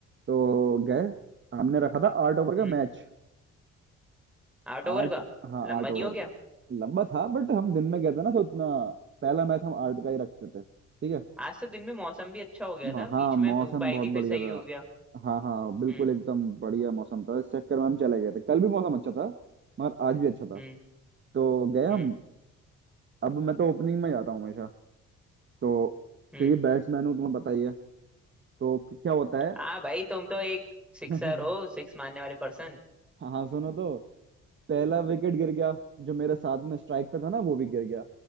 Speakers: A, on the right; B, in the centre.
A: तो गए हमने रखा था आठ ओवर का
B: हम्म
A: मैच
B: आउट ओवर
A: आठ
B: का
A: हाँ
B: लंबा
A: आठ
B: नहीं
A: ओवर
B: हो गया
A: का लंबा था बट हम दिन में गए थे ना तो उतना पहला मैच हम आठ का ही रखते थे ठीक है
B: आज तो दिन में मौसम भी अच्छा हो गया
A: म-
B: था
A: हाँ
B: बीच
A: मौसम
B: में धूप आई
A: बहुत
B: थी
A: बढ़िया
B: फिर सही
A: था
B: हो गया
A: हाँ हाँ बिल्कुल
B: हम्म
A: एकदम बढ़िया मौसम था इस चक्कर में हम चले गए थे कल भी मौसम अच्छा था मगर आज भी अच्छा था
B: हम्म
A: तो गए हम
B: हम्म
A: अब मैं तो ओपनिंग में जाता हूँ हमेशा तो
B: हम्म
A: क्योंकि बैट्समैन हूँ तुम्हें पता ही है तो क्या होता है
B: हाँ भाई तुम तो एक सिक्सर
A: <laughs>
B: हो सिक्स मारने वाले पर्सन
A: हाँ सुनो तो पहला विकेट गिर गया जो मेरे साथ में स्ट्राइक पे था ना वो भी गिर गया